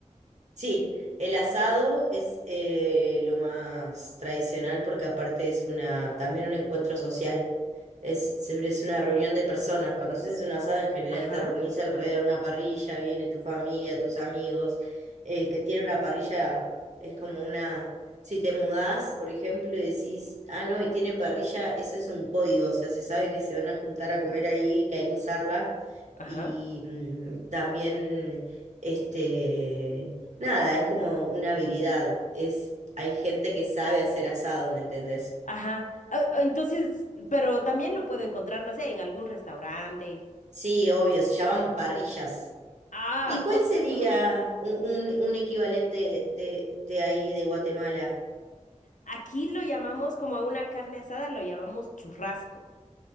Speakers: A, on the right (about 65°); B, on the left (about 75°).
A: Sí, el asado es eh, lo más tradicional porque aparte es una, también un encuentro social. Es, siempre es una reunión de personas. Cuando haces un asado en general
B: Ajá,
A: te reunís alrededor de una parrilla, viene tu familia, tus amigos. El que tiene una parrilla es como una... Si te mudás, por ejemplo, y decís, ah, no, y tiene parrilla, eso es un código. O sea, se sabe que se van a juntar a comer ahí, que hay que usarla.
B: ajá,
A: Y mm, también, este... Nada, es como una habilidad. Es, hay gente que sabe hacer asado, ¿me entendés?
B: ajá. Ah, ah, Entonces, pero también lo puedo encontrar, no sé, en algún restaurante.
A: Sí, obvio, se llaman parrillas.
B: Ah,
A: ¿Y cuál
B: o-
A: sería
B: ujú.
A: un, un- un equivalente de, de ahí, de Guatemala?
B: Aquí lo llamamos como a una carne asada, lo llamamos churrasco.